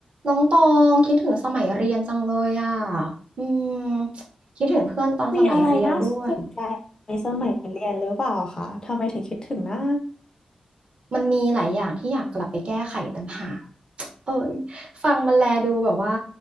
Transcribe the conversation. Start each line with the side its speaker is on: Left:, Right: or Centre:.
Right: น้องตองคิดถึงสมัยเรียนจังเลยอ่ะอืมคิดถึงเพื่อนตอนสมัยเรียนด้วย
Left: มีอะไรน่าสนใจสมัยเรียนหรือเปล่าคะทำไมถึงคิดถึงนะ
Right: มันมีหลายอย่างที่อยากกลับไปแก้ไขต่างหากเอ้ยฟังมันแลดูแบบว่า